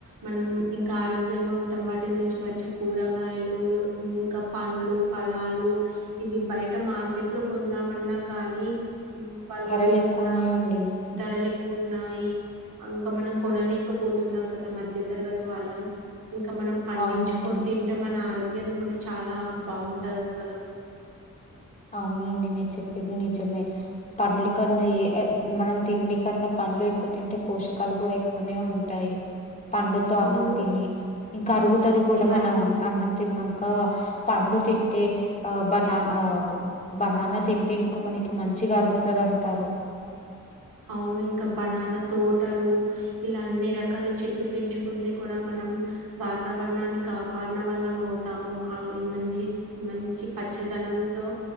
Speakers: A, on the right; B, on the left.
A: మనం ఇంకా ఆరోగ్యంగా ఉంటాం. వాటి నుంచి వచ్చే కూరగాయలు, ఇంకా పండ్లు, ఫలాలు ఇవి బయట మార్కెట్ లో కొందామన్నా కానీ వాళ్ళు
B: ధరలు ఎక్కువ
A: అంత
B: ఉన్నాయండి
A: ధరలు ఎక్కువ ఉన్నాయి అంగ్ ఇక మనం కొనలేకపోతున్నాం కదా మధ్య తరగతి వాళ్ళం ఇంకా మనం పండించుకొని
B: అవునండి
A: తింటే మన ఆరోగ్యం ఈయన్ని కూడా చాలా బావుంటది అసలు
B: అవునండి మీరు చెప్పింది నిజమే పండ్లు కన్నా ఏ ఏ మనం తిండి కన్నా పండ్లు ఎక్కువ తింటే పోషకాలు కూడా ఎక్కువనే ఉంటాయి. పండుతో అన్నం
A: అవును.
B: తిని ఇంకా అరుగుతది కూడా
A: ఇవన్నీ
B: మనం అన్నం తిన్నాం క పండు తింటే ఆ బనాన్ బనానా తింటే ఇంకా మనకి మంచిగా అరుగుతుంది అంటారు
A: అవును ఇంకా బనానా తోటలు ఇలా అన్ని రకాల చెట్లు పెంచుకుంటే కూడా మనం వాతావరణాన్ని కాపాడన వల్లం అవుతాము అది మంచి మంచి పచ్చదనంతో